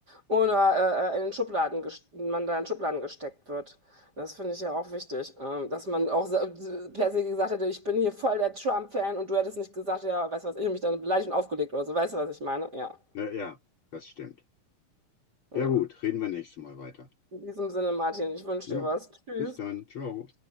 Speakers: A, on the right; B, on the left.
A: oder äh, äh, in den Schubladen gest- man da in Schubladen gesteckt wird. Das finde ich ja auch wichtig, ähm, dass man auch sa- per se gesagt hätte, ich bin hier voll der Trump-Fan und du hättest nicht gesagt, ja, weißt du was, ich hab mich dann beleidigt und aufgelegt oder so, weißt du, was ich meine? Ja.
B: Ja, ja, das stimmt.
A: ja.
B: Ja gut, reden wir nächstes Mal weiter.
A: In diesem Sinne, Martin, ich wünsche
B: Ja,
A: dir was. Tschüss.
B: bis dann. Ciao.